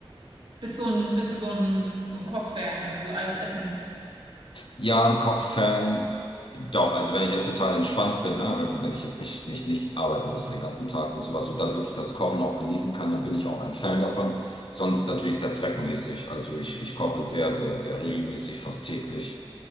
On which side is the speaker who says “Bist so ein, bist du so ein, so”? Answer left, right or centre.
Right